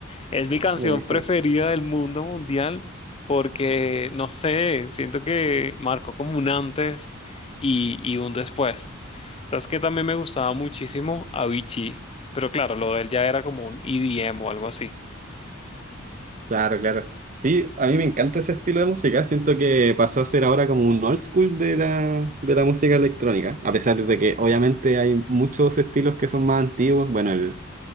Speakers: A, on the left; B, on the right.
A: es mi canción
B: Buenísimo.
A: preferida del mundo mundial porque, no sé, siento que marcó como un antes y, y un después. Sabes que también me gustaba muchísimo Avicii, pero claro, lo de él ya era como un EDM o algo así.
B: Claro, claro. Sí, a mí me encanta ese estilo de música, siento que pasó a ser ahora como un old school de la, de la música electrónica, a pesar de que obviamente hay muchos estilos que son más antiguos, bueno, el,